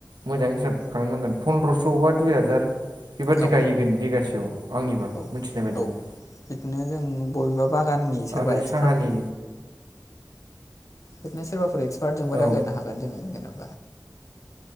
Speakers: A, on the right (about 75°); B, on the left (about 45°).
A: मोजां हिसाब खालामनांगोन फन्द्रस' बा दुइ हाजार बेबादि
B: औ
A: गायहगोन बिगासेयाव आंनिबा मिथिनाय
B: औ
A: बाददिबा
B: औ बिदिनो जों बबेबा बागाननि सोरबा
A: आरो
B: एक्सपार्ट
A: साहानि
B: बिदिनो सोरबाफोर एक्सपार्टजोंबो
A: औ
B: रायलायनो हागोन जोंङो जेनाव